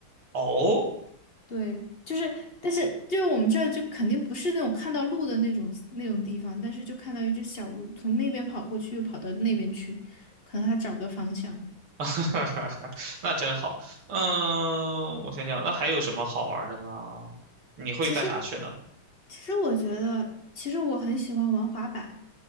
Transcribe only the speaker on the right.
哦，
<laughs> 哈哈，那真好。嗯，我想想，那还有什么好玩儿的呢？你会干啥去呢？